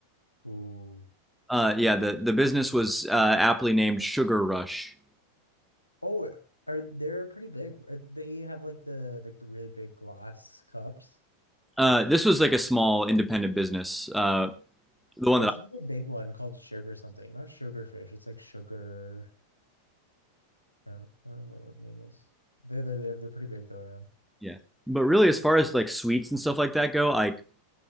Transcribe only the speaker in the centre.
Uh, yeah, the, the business was uh, aptly named Sugar Rush.
Uh, this was like a small independent business. Uh, the one
that I,
yeah. But really, as far as like sweets and stuff like that go, like